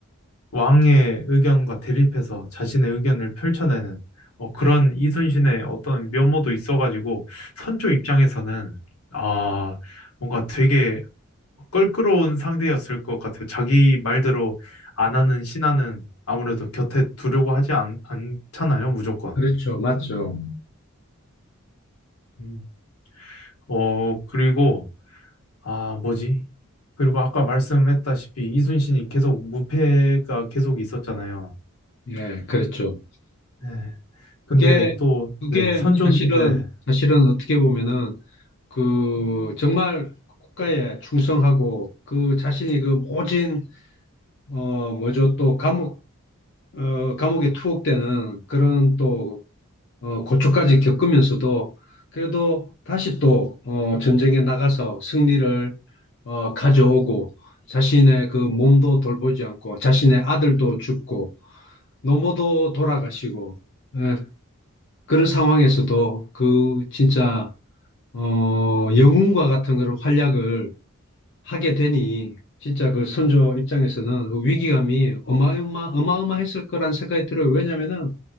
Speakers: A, on the left; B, on the left.
A: 왕의 의견과 대립해서 자신의 의견을 펼쳐내는 어, 그런 이순신의 어떤 면모도 있어가지고 선조 입장에서는 아, 뭔가 되게 껄끄러운 상대였을 것 같아요. 자기 말대로 안 하는 신하는 아무래도 곁에 두려고 하지 않, 않잖아요, 무조건.
B: 그렇죠, 맞죠.
A: 음. 어, 그리고, 아, 뭐지? 그리고 아까 말씀했다시피 이순신이 계속 무패가 계속 있었잖아요.
B: 예, 그렇죠.
A: 네. 근데
B: 그게,
A: 또,
B: 그게
A: 네, 선전,
B: 사실은,
A: 네,
B: 사실은 어떻게 보면은 그 정말 국가에 충성하고 그 자신이 그 모진 어 뭐죠 또 감옥 어 감옥에 투옥되는 그런 또 어, 고초까지 겪으면서도 그래도 다시 또 어, 전쟁에 나가서 승리를 어, 가져오고 자신의 그 몸도 돌보지 않고 자신의 아들도 죽고 노모도 돌아가시고 예, 그런 상황에서도 그 진짜 어, 영웅과 같은 그런 활약을 하게 되니 진짜 그 선조 입장에서는 그 위기감이 어마어마 어마어마했을 거란 생각이 들어요. 왜냐면은